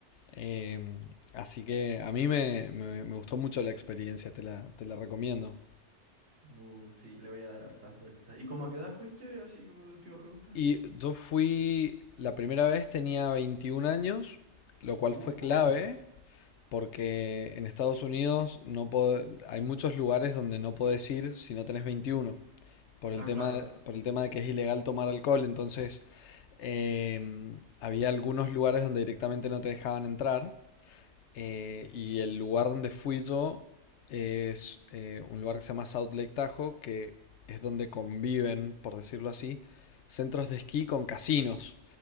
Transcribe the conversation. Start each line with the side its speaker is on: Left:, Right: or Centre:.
Left: Eh, así que a mí me, me- me gustó mucho la experiencia, te la, te la recomiendo.
Right: Uh, sí, le voy a dar hartas vueltas. ¿Y cómo a qué edad fuiste? Así como de última pregunta.
Left: Y yo fui, la primera vez tenía 21 años, lo cual
Right: Uh,
Left: fue clave
Right: joven.
Left: porque en Estados Unidos no pod- hay muchos lugares donde no podés ir si no tenés 21, por el
Right: Ah,
Left: tema,
Right: claro.
Left: por el tema de que es ilegal tomar alcohol. Entonces, eh, había algunos lugares donde directamente no te dejaban entrar. Eh, y el lugar donde fui yo es eh, un lugar que se llama South Lake Tahoe, que es donde conviven, por decirlo así, centros de esquí con casinos.